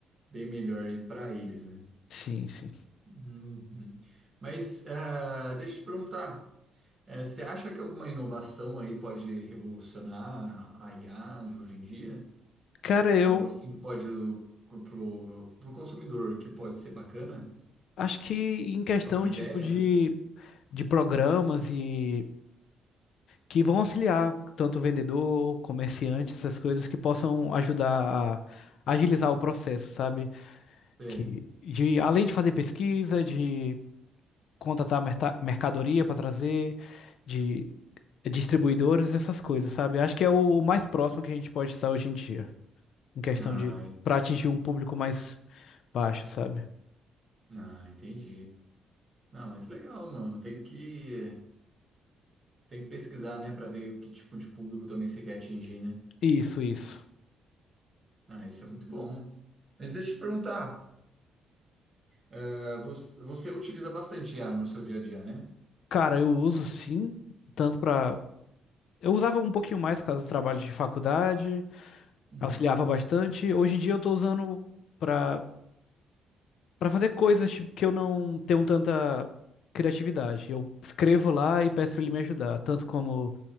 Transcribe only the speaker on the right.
bem melhor aí para eles, né?
Uhum. Mas ah, deixa eu te perguntar, eh, você acha que alguma inovação aí pode revolucionar a IA de hoje em dia?
Algo assim que pode o- pro, pro consumidor que pode ser bacana?
Alguma ideia?
Tem.
Ah,
en-
ah, entendi. Não, mas legal, mano. Tem que, tem que pesquisar, né, Pra ver o que tipo de público também você quer atingir, né?
Ah, isso é muito bom. Mas deixa eu te perguntar, eh, você, você utiliza bastante IA no seu dia a dia, né?
Hum.